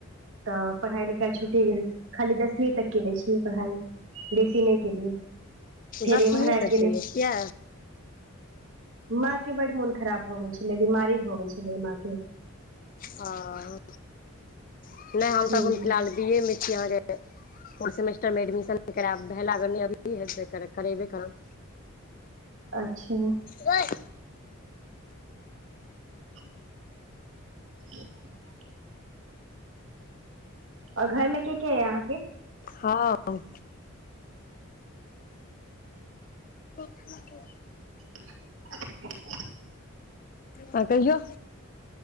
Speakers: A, on the right; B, on the left.
A: तऽ पढ़ाइ लिखाइ छुटि गेल खाली दसवीं तक केने छियै पढ़ाइ। बेसी नहि केलियै। फेर
B: दसमींये
A: इम्हर आबि
B: तक
A: गेलै
B: केने‌ छियै?
A: माँ के बड मोन खराब भऽ गेल छलै बीमारी भऽ गेल छलै माँ के।
B: आ नहि हम
A: हूँ
B: तऽ अखुन फिलहाल‌ बिये मे अहाँ के फोर सेमेस्टर मे एडमिशन करैब भेलया नै अभी हेबे करत करेबैबे करब
A: अच्छा
B: गइ
A: <unintelligible> और घर में के के यै अहाँके?
B: हँ <unintelligible>
A: <unintelligible>
B: हँ कहियौ।